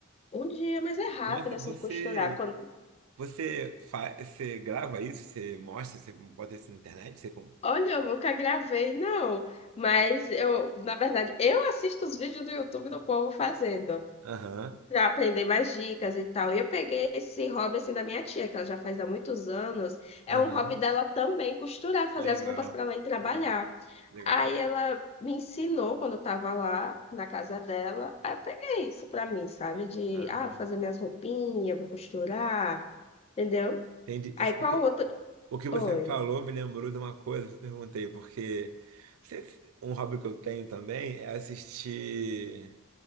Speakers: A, on the left; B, on the right.
A: Um dia, mas é rápido
B: Nossa,
A: assim
B: você,
A: de costurar. Quando...
B: você, fa, você grava isso, você mostra, você bota isso na internet? Você como?
A: Olha, eu nunca gravei, não. Mas eu, na verdade, eu assisto os vídeos do YouTube do povo fazendo.
B: Aham,
A: Pra aprender mais dicas e tal. E eu peguei esse hobby assim da minha tia, que ela já faz há muitos anos. É
B: aham.
A: um hobby dela também costurar, fazer
B: Legal,
A: as roupas para ela ir trabalhar.
B: legal, legal.
A: Aí ela me ensinou quando eu tava lá na casa dela. Aí eu peguei isso pra mim, sabe? De
B: Ah,
A: ah, vou fazer minhas roupinhas, vou costurar, entendeu?
B: entendi.
A: Aí
B: Isso-
A: qual
B: O que,
A: outro?
B: o que você
A: Oi.
B: falou me lembrou de uma coisa que eu perguntei, porque você- um hobby que eu tenho também é assistir